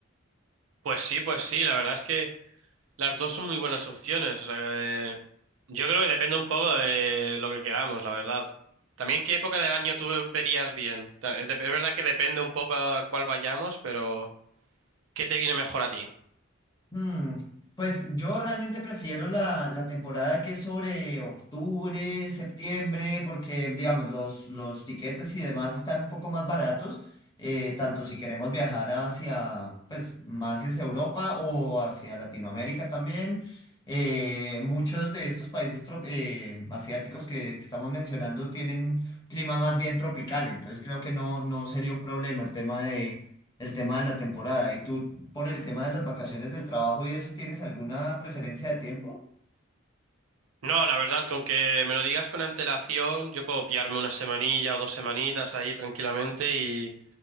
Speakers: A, on the right; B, on the left.
A: Pues sí, pues sí, la verdad es que las dos son muy buenas opciones. O sea, eh, yo creo que depende un poco de lo que queramos, la verdad. También qué época del año tú verías bien. Ta- Es de- es verdad que depende un poco a cuál vayamos, pero ¿qué te viene mejor a ti?
B: Hmm, Pues yo realmente prefiero la, la temporada que es sobre octubre, septiembre, porque digamos los, los tiquetes y demás están un poco más baratos, eh, tanto si queremos viajar hacia, pues más hacia Europa o hacia Latinoamérica también. Eh, muchos de estos países tro- eh, asiáticos que estamos mencionando tienen clima más bien tropical, entonces creo que no, no sería un problema el tema el tema de la temporada. ¿Y tú, por el tema de las vacaciones del trabajo y eso, tienes alguna preferencia de tiempo?
A: No, la verdad, con que me lo digas con antelación, yo puedo pillarme una semanilla o dos semanitas ahí tranquilamente y,